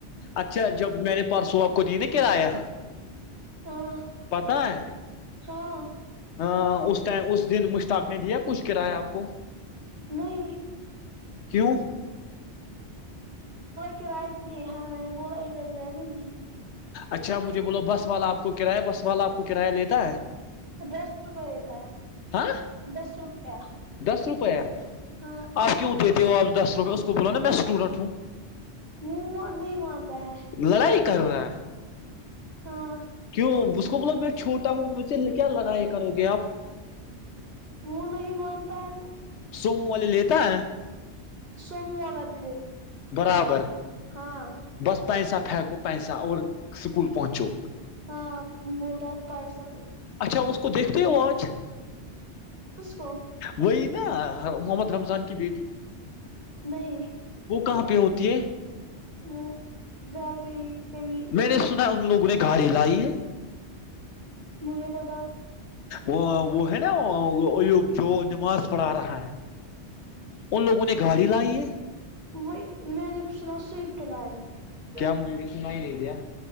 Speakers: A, on the left; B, on the right.
A: اچھا جب میں نے پرسوں آپ کو دی نا کرایہ
B: ہاں
A: پتا ہے
B: ہاں
A: ہ اس م اس دن مشتاق نے دیا کچھ کرایہ آپ کو
B: نہیں
A: کیوں
B: کراائے دی ہاں میں نے بولا اجاز رہنے ت
A: اچھا مجھے بولو بس والا آپ کو کرایہ بس والا آپ کو کرایہ لیتا ہے
B: دس روپے لیتا
A: ہاں
B: دس روپیہ
A: دس روپیہ
B: ہاں
A: آپ کیوں دیتے ہو آپ دس روپئے اس کو بولا نا میں اسٹوڈنٹ ہوں
B: مہ نہیں مانتا ہے
A: لڑائی کر رہا ہے
B: ہاں
A: کیوں اس کو بلا میں چھوٹا ہوں مجھے کیا لگیا کرو گے آپ
B: وہ نہیں مانتا ہے تو
A: سومو والے لیتا ہے
B: سمو والا ج
A: برابر
B: ہاں
A: بس پیسہ پھینکو پیسہ اور اسکول پہنچو
B: ہاں ب رہا پائسال
A: اچھا اس کو دیکھتے ہو آنچ
B: اس کو
A: وہی نا محمد رمضان کی بیٹی
B: نہیں
A: وہ کہاں پہ ہوتی ہے
B: وہ گھر تو یہ ک <unintelligible>
A: میں نے سنا ان لوگوں نے گاڑی لائی ہے
B: مجھے تو
A: وہ وہ ہے ناب جو نماز پڑھا رہا ہے ان لوگوں نے گاڑی لائی ہے
B: وہائی میں نے تو سدس سوئفٹ لاگ میں
A: کیا مجھے سنا ہی نہیں دیا